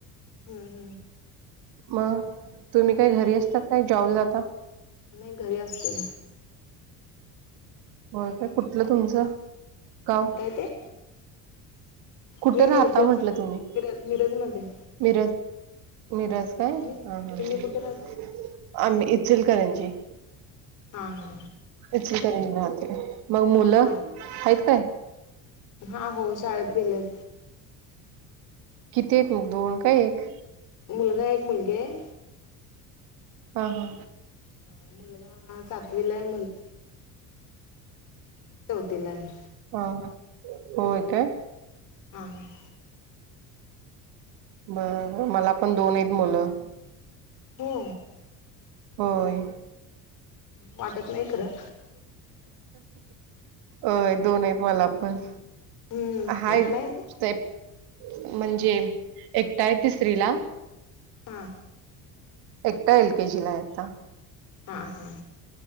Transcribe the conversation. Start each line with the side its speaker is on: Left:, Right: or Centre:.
Left: हम्.
Right: मग, तुम्ही काही घरी असता काय जॉब ला जाता?
Left: नाही घरी असते.
Right: होय काय, कुठलं तुमचं गाव?
Left: काय ते?
Right: कुठे
Left: मी मिरजची
Right: राहता म्हंटलं, तुम्ही.
Left: मिरज मिरजमध्ये
Right: मिरज.
Left: हा
Right: मिरज काय.
Left: तुम्ही
Right: हा हा
Left: तुम्ही
Right: ह.
Left: कुठे राहता
Right: आम्ही इचलकरंजी.
Left: हा हा.
Right: इचलकरंजी राहते. मग मुलं,
Left: हा
Right: हायत काय?
Left: हा हो, शाळेत गेलेत.
Right: किती आहेत मग दोन काय एक?
Left: मुलगा एक मुलगी आहे.
Right: हा हा.
Left: हा मुलगा सातवीलाय, मुलगी चौथीला आहे.
Right: हा हा. होय काय?
Left: हां.
Right: बर, मला पण दोन आहेत मुलं.
Left: हो?
Right: होय
Left: वाटत नाही खरं
Right: अ दोन आहेत मला पण.
Left: हम्म
Right: हाय
Left: लहान आहेत
Right: ते म्हणजे एकटाय तिसरी ला,
Left: हा
Right: एकटा एल केे जी ला आहे आता
Left: हां हां